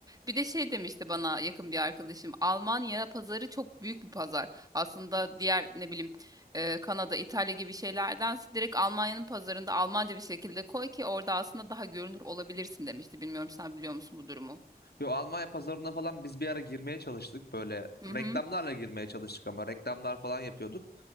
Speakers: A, on the right; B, on the left.
A: Bir de şey demişti bana yakın bir arkadaşım. Almanya pazarı çok büyük bir pazar. Aslında diğer ne bileyim e, Kanada, İtalya gibi şeylerdense direkt Almanya'nın pazarında Almanca bir şekilde koy ki orada aslında daha görünür olabilirsin demişti. Bilmiyorum sen biliyor musun bu durumu?
B: Yo, Almanya pazarına falan biz bir ara girmeye çalıştık. Böyle
A: Hı hı.
B: reklamlarla girmeye çalıştık ama reklamlar falan yapıyorduk.